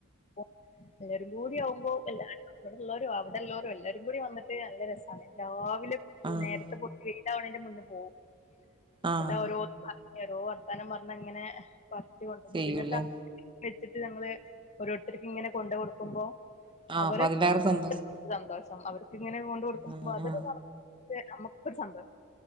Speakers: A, on the left; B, on the right.
A: <unintelligible> എല്ലാവരും കൂടി ആവുമ്പോ എല്ലാരും ഇവിടെള്ളോരും അവിടെള്ളോരും എല്ലാവരും കൂടി വന്നിട്ട് നല്ല രസാണ് എല്ലാ പോലും പൂ
B: ആഹ്
A: നേരത്തെ പോയിട്ട് ഇതാവണന്റെ മുന്നേ പോവും
B: ആഹ്
A: എന്നിട്ടവരോട് പറഞ്ഞ് ഏരോ വർത്താനം പറഞ്ഞിങ്ങനെ ഫസ്റ്റ് കൊണ്ടുവന്ന്‌
B: ചെയ്യൂല്ലേ
A: പിന്നെത്ത വെച്ചിട്ട് ഞങ്ങള് ഓരോരുത്തര്ക്ക് ഇങ്ങനെ കൊണ്ട് കൊടുക്കുമ്പോ
B: ആഹ്
A: അവരെ
B: അപ്പൊ അതിലേറെ
A: <unintelligible>
B: സന്തോഷം
A: തന്തോഷ് അവര് ഇങ്ങനെ കൊണ്ട്കൊടുക്കുമ്പോ
B: ആഹ്
A: അതൊരു
B: ആഹ്
A: നമുക്ക് നമുക്കൊരു സന്തോഷം